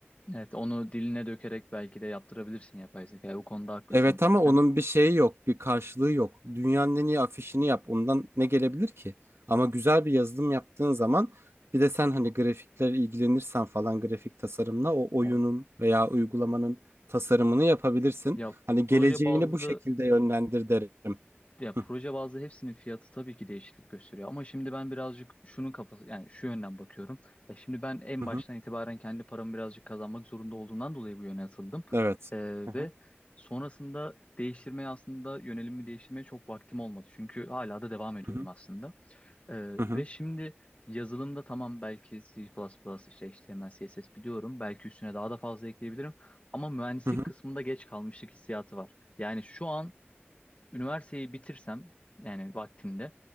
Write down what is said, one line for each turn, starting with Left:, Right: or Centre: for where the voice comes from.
Left: Evet, onu diline dökerek belki de yaptırabilirsin yapay zeka. O konuda haklısın
Right: Evet
Left: zaten.
Right: ama onun bir şeyi yok, bir karşılığı yok. Dünyanın en iyi afişini yap. Ondan ne gelebilir ki? Ama güzel bir yazılım yaptığın zaman bir de sen hani grafikler ilgilenirsen falan grafik tasarımla o oyunun
Left: Evet.
Right: veya uygulamanın tasarımını yapabilirsin.
Left: Ya
Right: Hani geleceğini
Left: proje bazlı
Right: bu şekilde yönlendir derim.
Left: Ya
Right: Hı
Left: proje bazlı hepsinin fiyatı tabii ki değişiklik gösteriyor ama şimdi ben birazcık şunun kafası yani şu yönden bakıyorum. Ya şimdi ben en
Right: hı.
Left: baştan
Right: hı.
Left: itibaren kendi paramı birazcık kazanmak zorunda olduğundan dolayı bu yöne atıldım.
Right: Evet.
Left: Ee,
Right: Hı hı.
Left: ve sonrasında değiştirmeye aslında yönelimimi değiştirmeye çok vaktim olmadı. Çünkü hala da devam ediyorum
Right: Hı hı.
Left: aslında. Ee,
Right: Hı hı.
Left: ve şimdi yazılımda tamam belki C++ işte HTML, CSS biliyorum. Belki üstüne daha da fazla ekleyebilirim. Ama mühendislik
Right: Hı hı.
Left: kısmında geç kalmışlık hissiyatı var. Yani şu an üniversiteyi bitirsem yani vaktinde